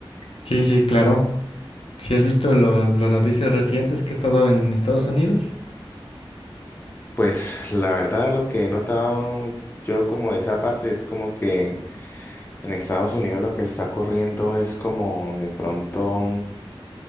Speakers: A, on the left; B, on the left.
A: Sí, sí, claro. Si has visto lo- las noticias recientes que he estado en Estados Unidos?
B: Pues la verdad lo que he notado yo como de esa parte es como que en Estados Unidos lo que está ocurriendo es como de pronto